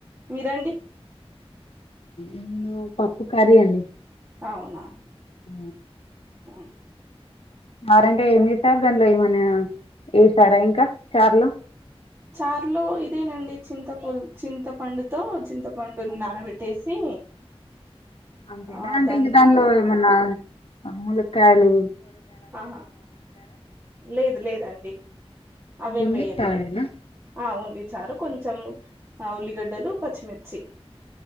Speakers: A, on the right (about 25°); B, on the left (about 65°).
A: మీరండి
B: ఇన్న పప్పు కార అడి
A: అవునా
B: ఆ
A: అ
B: అరు అంటే ఏమి లే సార్ దాంట్లో ఏమనా ఎసారా ఇంకా చార్లో
A: చార్లో ఇదేనండి చింతప చింతపండుతో చింతపండు నానబెట్టేసి
B: అంతే
A: ఆ
B: అంటే
A: దాన్ని
B: ఇంకా దాంలో
A: ఆ,
B: ఏమన్నా ములకాయలు
A: ఆహా లేదు లేదండి ఆవిేంబయ్యలి
B: ఓన్లీ చారేనా
A: ఇదు ఆ ఉంట ఇచారు కొంచెం ఉల్లిగడ్డలు పచ్చిమిర్చి